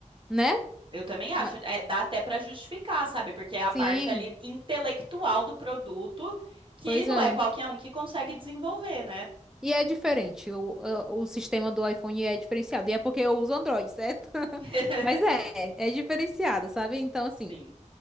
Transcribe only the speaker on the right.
eu também acho,
é, dá até para justificar, sabe? Porque é a
parte ali intelectual do produto que
não
é qualquer um que consegue desenvolver, né?
<laughs>
Sim.